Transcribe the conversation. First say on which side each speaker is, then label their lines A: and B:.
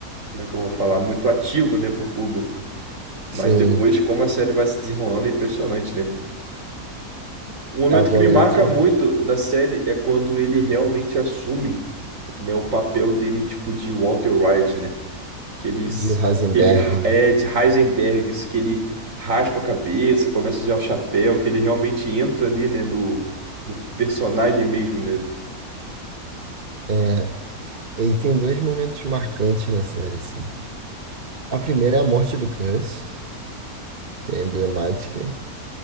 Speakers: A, on the right; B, on the right.
A: como é que eu vou falar, muito ativo, né, para o público. Mas
B: Sim.
A: depois, como a série vai se desenrolando, é impressionante, né? Um momento
B: é Agora
A: que me marca
B: outro
A: muito da série é quando ele realmente assume, né, o papel dele, tipo, de Walter White, né? que eles,
B: de Heisenberg,
A: que ele
B: né?
A: é de Heisenbergs, que ele raspa a cabeça, começa a usar o chapéu, que ele realmente entra ali, né, no, no personagem mesmo, né?
B: É, e tem dois momentos marcantes na série, assim. A primeira é a morte do Gus, que é emblemática.